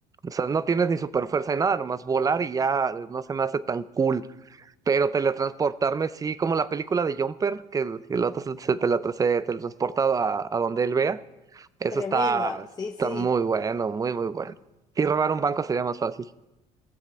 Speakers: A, on the right; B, on the left.
A: O sea, no tienes ni super fuerza ni nada, nomás volar y ya eh, no se me hace tan cool. Pero teletransportarme, sí, como la película de Jumper, que el el otro se, se teletra- se teletransporta a, a donde él vea. Eso
B: Tremenda,
A: está, está
B: sí, sí.
A: muy bueno, muy, muy bueno. Y robar un banco sería más fácil.